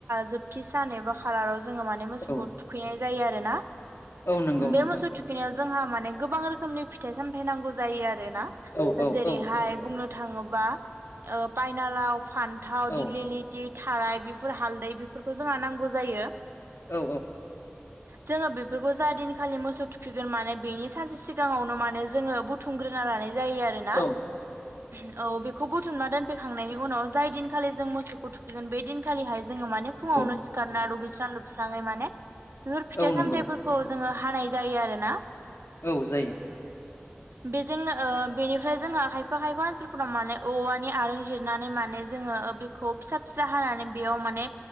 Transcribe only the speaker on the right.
जोबथि सान एबा खाालार जोंङो माने मोसौखौ
थुखैनाय जायो आरोना
बे
मोसौ थुखैनायाव जोंहा माने गोबां रोखोमनि फिथाइ सामथाय नांगौ जायो आरोना
जेरैहाय
बुंनो थाङोबा पाइनालाव, फान्थाव,
दिग्लिलिटि थाराय बेफोर हालदै बेफोरखौ जोंहा नांगौ जायो।
जोङो बेफोरखौ जा दिनखालि मोसौ थुखैगोन माने बेनि सानसे सिगाङावनो माने जोङो बुथुम लानाय जायो आरोना
औ बेखौ बुथुमना दोनफैखांनायनि उनाव जाय दिन खालि जों मोसौखौ थुखैगोन बे दिनखालिहाय जोङो माने फुङावनो
सिखारना दुगैस्रां लोबस्राङै माने बेफोर फिथाइ
सामथायफोरखौ जोङो हानाय जायो आरोना।
बेजोंनो बेनिफ्राय जोंहा खायफा खायफा ओनसोलफोराव माने औवानि आरं जिरनानै माने जोंङो बिखौ फिसा फिसा हानानै बेयाव माने